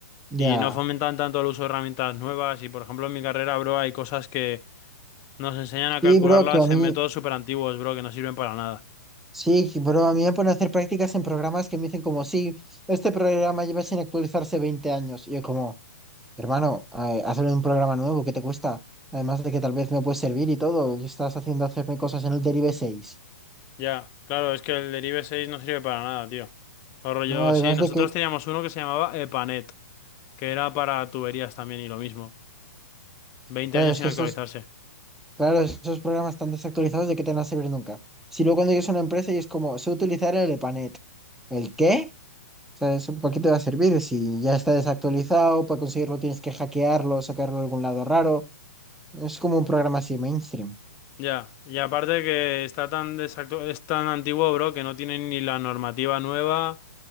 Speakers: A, in the centre; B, on the left (about 30°).
A: Ya.
B: Y no fomentan tanto el uso de herramientas nuevas. Y por ejemplo, en mi carrera, bro, hay cosas que nos enseñan a
A: Sí,
B: calcularlas
A: bro, que a mí,
B: en métodos súper antiguos, bro, que no sirven para nada.
A: sí, bro, a mí me ponen a hacer prácticas en programas que me dicen como, sí, este programa lleva sin actualizarse 20 años. Y yo como, hermano, eh, hazlo en un programa nuevo, ¿qué te cuesta? Además de que tal vez me puede servir y todo, y estás haciendo hacerme cosas en el Derive seis
B: Ya, claro, es que el derive 6 no sirve para nada, tío. O rollo,
A: No, además
B: sí, nosotros
A: de que,
B: teníamos uno que se llamaba EPANET, que era para tuberías también y lo mismo. 20
A: claro,
B: años
A: es
B: sin
A: que
B: actualizarse.
A: esos, claro, esos programas están desactualizados, ¿de qué te van a servir nunca? Si luego cuando llegas a una empresa y es como, sé utilizar el EPANET. ¿El qué? sea, eso ¿para qué te va a servir? Si ya está desactualizado, para conseguirlo tienes que hackearlo, sacarlo de algún lado raro. Es como un programa así mainstream.
B: Ya, y aparte que está tan desactu- es tan antiguo, bro, que no tiene ni la normativa nueva,